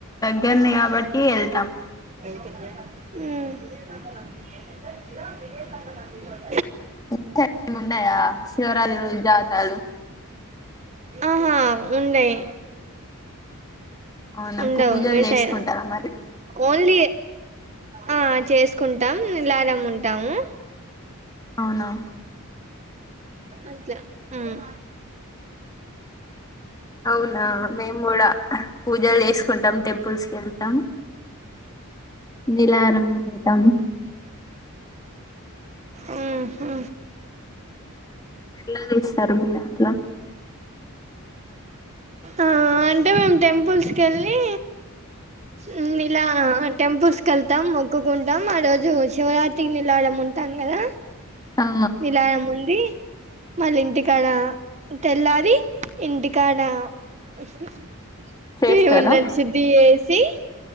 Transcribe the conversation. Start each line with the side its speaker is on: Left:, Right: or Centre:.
Left: గర్నే గాబట్టి యెళ్తాం.
Right: ఊమ్.
Left: <unintelligible> ఉన్నయా శివరాత్రి రోజు జాతర్లు.
Right: అహా ఉండయ్.
Left: అవునా
Right: ఉండవ్
Left: పూజలు
Right: మీ
Left: చేసుకుంటారా
Right: సైడ్
Left: మరి
Right: ఓన్లీ ఆ చేస్కుంటామ్ ల్యారముంటాము.
Left: ఔనా.
Right: అట్లా మ్మ్
Left: ఔనా మేమ్ గూడా పూజల్ జేస్కుంటాం టెంపుల్సెకెళ్తాం. నిలారమ్ ఉంటాం.
Right: ఊమ్హు.
Left: ఎట్లా దీస్తర్ మీదాంట్ల
Right: అవ్ అంటే మేమ్ టెంపుల్సెళ్ళి ఉమ్ నిలా టెంపుల్సెళ్తాం మొక్కుకుంటాం అ రోజు శివరాత్రికి నిలారముంటామ్ గదా.
Left: ఆ
Right: నిలారముండి. మాల్లింటికాడా తెల్లారి ఇంటికాడ ఉహు
Left: చేస్తారా
Right: <unintelligible> శుద్ధి జేసి